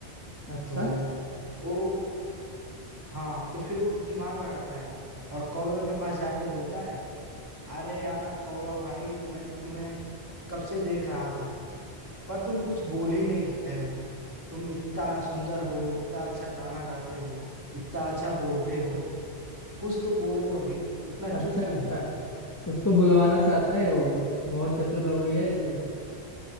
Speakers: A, on the left; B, on the right.
A: अच्छा
B: तो वो हाँ तो फिर वो दिमाग लगाता है और कौवे के पास जाके बोलता है अरे यार कौवा भाई मैं तो तुम्हें कब से देख रहा था पर तुम कुछ बोल ही नहीं रहे हो तुम इतना सुंदर हो इतना अच्छा गाना गाते हो इतना अच्छा बोलते हो कुछ तो बोलो अभी इतना चुप
A: अच्छा
B: क्यों
A: अच्छा
B: हो
A: उसको बुलवाना चाहता है वो बहुत चतुर लोमड़ी है ये तो